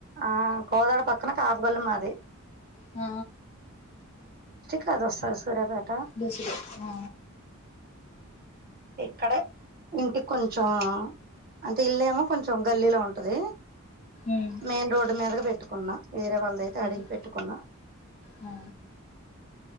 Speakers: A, on the right (about 45°); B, on the left (about 35°).
A: ఆ కోదాడ పక్కన కాపుగల్లి మాది
B: ఆ
A: కా దస్తది సూర్యాపె
B: దసలు ఆ
A: ఇక్కడ ఇంటికి కొంచెం అంటే ఇల్లేమో కొంచెం గల్లీలో ఉంటది
B: ఉమ్
A: మెయిన్ రోడ్ మీదగా పెట్టు కున్నా వేరే వాళ్ళైతే
B: ఉమ్
A: అడిగి పెట్టుకున్న
B: ఆ